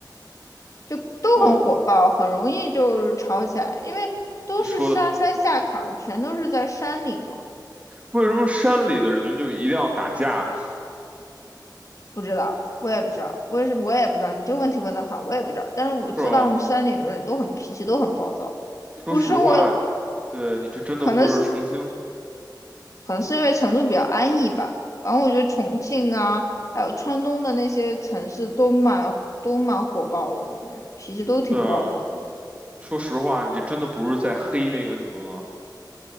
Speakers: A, on the left (about 45°); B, on the right (about 15°).
A: 就都很火爆，
B: 哦，
A: 很容易就是吵起来，因为都是上山下坎儿，
B: 你说的，
A: 全都是在山里嘛。
B: 为什么山里的人就一定要打架呢？
A: 不知道，我也不知道，为什么我也不知道。你这个问题问得好，我也不知道。但是我知道他们山里的人都很脾气，
B: 是吧？
A: 都很暴躁，
B: 说实话，
A: 不生活，
B: 对，你这真的不是诚心。
A: 可能是可能是因为成都比较安逸吧。反正我觉得重庆啊，还有川东的那些城市都蛮都蛮火爆的，感觉脾气都挺暴躁的。
B: 对，说实话，你这真的不是在黑那个什么吗？